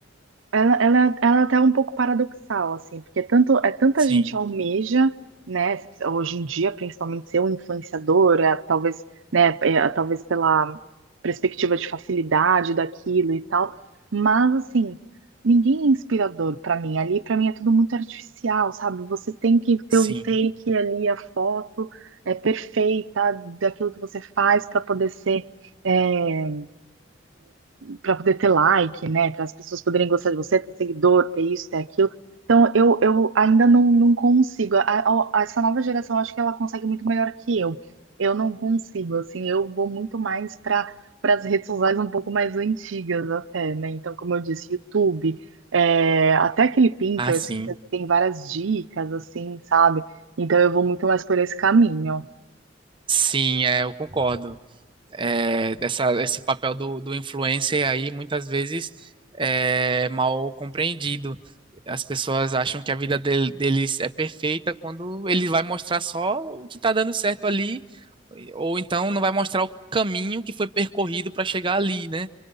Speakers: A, on the right; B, on the right.
A: ela, ela, ela até é um pouco paradoxal, assim, porque tanto, é tanta
B: Sim,
A: gente almeja, né, hoje em dia, principalmente ser um influenciador, é, talvez, né, é, talvez pela perspectiva de facilidade daquilo e tal, mas, assim, ninguém é inspirador para mim, ali para mim é tudo muito artificial, sabe? Você tem que ter
B: sim.
A: um take ali, a foto é perfeita daquilo que você faz para poder ser é, para poder ter like, né? Para as pessoas poderem gostar de você, ter seguidor, ter isso, ter aquilo. Então, eu, eu ainda não, não consigo. A- a- essa nova geração, eu acho que ela consegue muito melhor que eu. Eu não consigo, assim, eu vou muito mais para para as redes sociais um pouco mais antigas até, né? Então, como eu disse, YouTube, é, até aquele Pinterest
B: Ah, sim.
A: que tem várias dicas, assim, sabe? Então, eu vou muito mais por esse caminho.
B: Sim, é, eu concordo. É, dessa, esse papel do, do influencer aí, muitas vezes, é mal compreendido. As pessoas acham que a vida del- deles é perfeita quando ele vai mostrar só o que está dando certo ali Ou então não vai mostrar o caminho que foi percorrido para chegar ali, né?